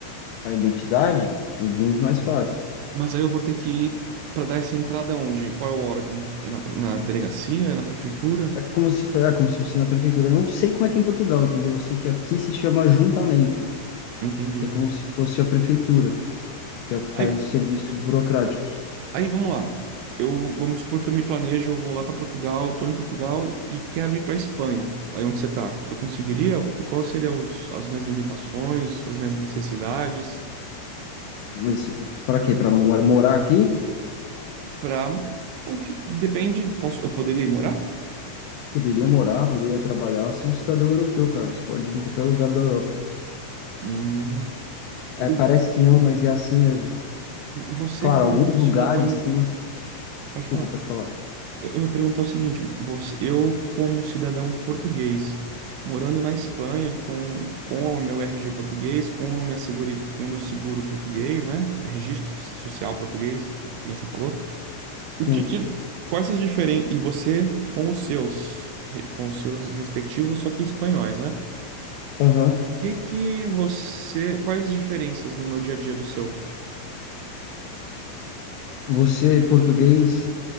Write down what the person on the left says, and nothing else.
a identidade, é muito mais fácil.
É como se foi, é como se fosse na prefeitura. Eu não sei como é que é em Portugal, entendeu? Eu sei que aqui se chama ajuntamento,
que é como se fosse a prefeitura, que é o que faz
os serviços burocráticos.
Mas para quê? Para morar aqui?
Poderia morar, poderia trabalhar, ser um cidadão europeu, cara. Você pode ir em qualquer lugar da Europa.
É, parece que não, mas é assim mesmo.
Claro,
alguns Sim.
lugares têm uns.
Desculpa,
pode falar.
Sim.
Aham.
Você, português